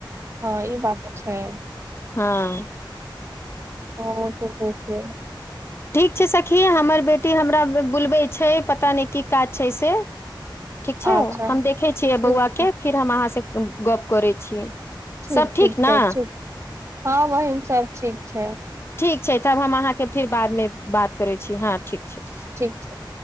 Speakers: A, on the right; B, on the left.
A: हँ ई बात छै
B: हँ
A: ह त छै
B: ठीक छै सखी हमर बेटी हमरा बुलबै छै पता नहि की काज छै से ठीक छै
A: अच्छा
B: हम देखैत छियै
A: ठीक
B: बौआके
A: छै
B: फिर हम अहाँसँ गप्प करैत छियै
A: ठीक
B: सब
A: ठीक छै
B: ने
A: ठीक हँ बहिन सब ठीक छै
B: ठीक छै तब हम अहाँके फेर बादमे बात करैत छी हँ ठीक छै
A: ठीक छै